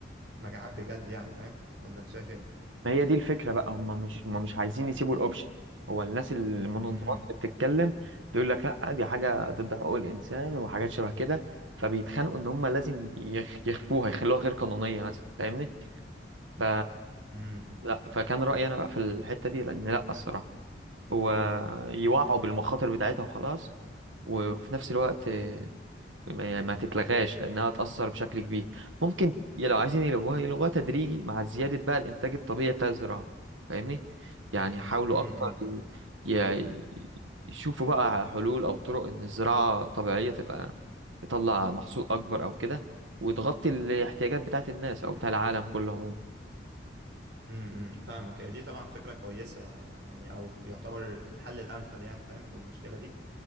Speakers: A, on the right (about 70°); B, on the right (about 85°).
A: مجاعات بجد يعني فاهم ولا انت شايف ايه
B: ما هي دي الفكره بقى هم مش هم مش عايزين يسيبوا الاوبشن هو الناس اللي- المنظمات
A: امم
B: اللي بتتكلم تقول لك لا دي حاجه ضد حقوق الانسان وحاجات شبه كده فبيتخانقوا ان هم لازم يخ- يخفوها يخلوها غير قانونيه مثلا فاهمني ف
A: امم
B: لا فكان رايي انا بقى في الحته دي لان لا الصراحه هو يوعوا بالمخاطر بتاعتها وخلاص وفي نفس الوقت ما ما تتلغاش لانها هتأثر بشكل كبير ممكن ي- لو عايزين يلغوها يلغوها تدريجي مع زيادة بقى الانتاج الطبيعي بتاع الزراعة فاهمني يعني يحاولوا
A: امم
B: اكتر ي- ي- يشوفوا بقى على حلول او طرق ان الزراعة الطبيعية تبقى تطلع محصول اكبر او كده وتغطي الاحتياجات بتاعت الناس او بتاع العالم كله عموما
A: امم فاهمك هي دي طبعا فكرة كويسة يعني او يعتبر الحل الامثل يعني فاهم للمشكلة دي